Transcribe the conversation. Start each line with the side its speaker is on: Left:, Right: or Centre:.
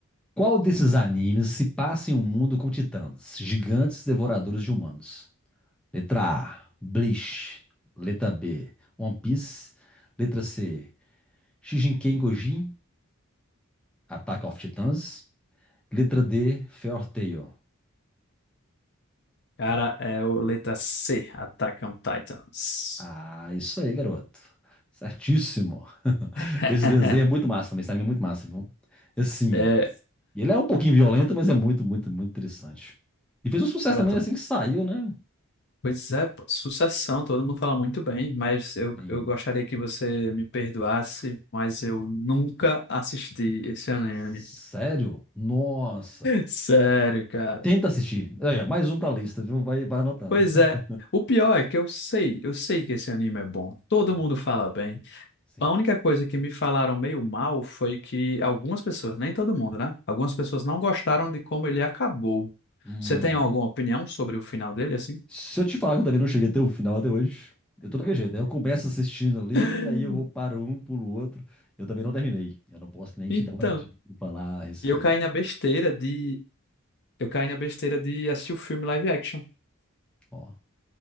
Centre: Qual desses animes se passa em um mundo com titãs, gigantes devoradores de humanos? Letra A, Bleach. Letra B, One Piece. Letra C, Shijinken Gojin, Attack of Titans. Letra D, Fair Tail.
Left: Cara, é o letra C, Attack on Titans.
Centre: Ah, isso aí, garoto. Certíssimo. <laughs>
Left: <laughs>
Centre: Esse desenho é muito massa também, esse anime é muito massa. viu? Assim,
Left: É,
Centre: ele é um pouquinho violento, mas é muito, muito, muito interessante. E fez um sucesso
Left: cara,
Centre: também
Left: tô...
Centre: assim que saiu, né?
Left: pois é, pô, sucessão, todo mundo fala muito bem, mas eu,
Centre: Sim.
Left: eu gostaria que você me perdoasse, mas eu nunca assisti esse anime.
Centre: Sério? Nossa.
Left: <laughs> Sério, cara.
Centre: Tenta assistir. Aí, ó, mais um pra lista, viu? Vai, vai anotando.
Left: Pois
Centre: <laughs>
Left: é, o pior é que eu sei, eu sei que esse anime é bom, todo
Centre: Tá bom.
Left: mundo fala bem.
Centre: Sim.
Left: A única coisa que me falaram meio mal foi que algumas pessoas, nem todo mundo, né? Algumas pessoas não gostaram de como ele acabou.
Centre: Hum.
Left: Você tem alguma opinião sobre o final dele, assim?
Centre: Se eu te falar que eu também não cheguei até o final até hoje, eu tô daquele jeito. Aí eu começo assistindo ali,
Left: <laughs>
Centre: aí eu vou para um, pulo o outro. Eu também não terminei. Eu não posso nem
Left: Então,
Centre: te dar uma dica e falar a respeito.
Left: eu caí
Centre: hein.
Left: na besteira de. Eu caí na besteira de assistir o filme live action.
Centre: Ó,